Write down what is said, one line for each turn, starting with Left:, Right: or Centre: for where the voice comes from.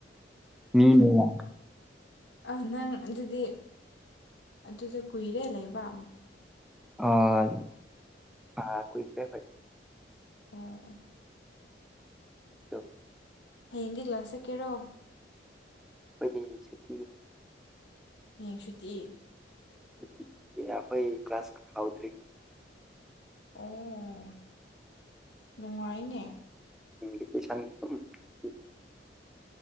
Centre: ꯃꯤꯅ ꯌꯥꯝ
Left: ꯑ ꯅꯪ ꯑꯗꯨꯗꯤ ꯑꯗꯨꯗ ꯀꯨꯏꯔꯦ ꯂꯩꯕ
Centre: ꯑ ꯑ ꯀꯨꯣꯏꯔꯦ ꯀꯩ
Left: ꯑꯣ
Centre: ꯍꯩꯇꯨꯞ
Left: ꯍꯌꯦꯡꯗꯤ ꯀ꯭ꯂꯥꯁ ꯆꯠꯀꯦꯔꯣ
Centre: ꯑꯩꯈꯣꯏꯗꯤ ꯍꯌꯦꯡ ꯁꯨꯇꯤ
Left: ꯍꯌꯦꯡ ꯁꯨꯇꯤ
Centre: ꯁꯨꯇꯤꯅꯤꯅ ꯑꯈꯣꯏ ꯀ꯭ꯂꯥꯁ ꯍꯧꯗ꯭ꯔꯤ
Left: ꯑꯣ ꯅꯨꯡꯉꯥꯏꯅꯦ
Centre: ꯅꯣꯏꯗꯤ ꯇꯨꯏꯁꯟ ꯑꯗꯨꯝ ꯁꯨꯇꯤ